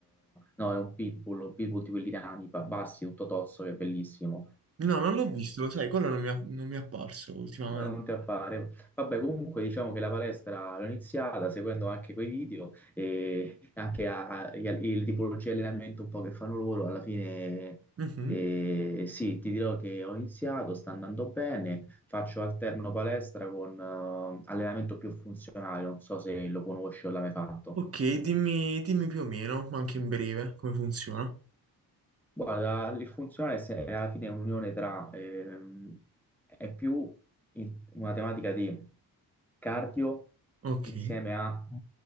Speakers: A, in the centre; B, on the right.
A: no, è un pitbull, un pitbull di quelli nani, ba- bassi, tutto tozzo, che è bellissimo.
B: no, non l'ho visto, lo sai, quello non mi è, non mi è apparso ultimamente.
A: Non te a fare. Vabbè, comunque diciamo che la palestra l'ho iniziata seguendo anche quei video e anche a, a- gli al- il tipologia di allenamento un po' che fanno loro. Alla fine,
B: Mhm.
A: eh, sì, ti dirò che ho iniziato, sta andando bene. Faccio alterno palestra con eh, allenamento più funzionale. Non so se lo conosci o l'hai mai fatto.
B: Ok, dimmi, dimmi più o meno, ma anche in breve, come funziona.
A: Guarda, il funzionale se- è alla fine è un'unione tra, ehm, è più in- una tematica di cardio
B: Ok.
A: insieme a